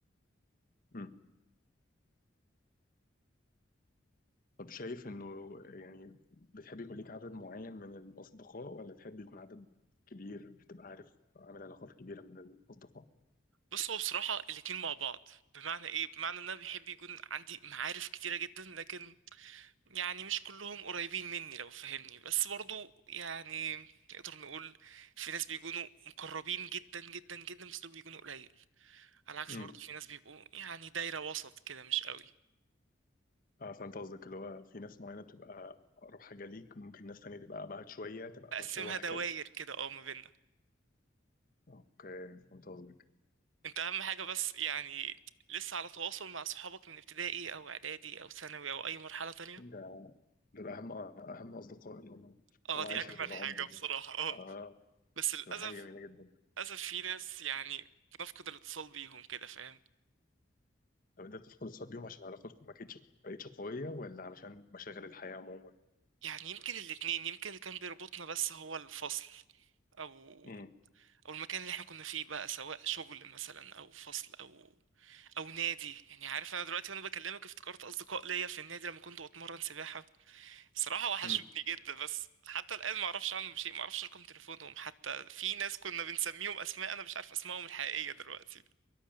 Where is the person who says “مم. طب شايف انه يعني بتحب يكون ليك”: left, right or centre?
Left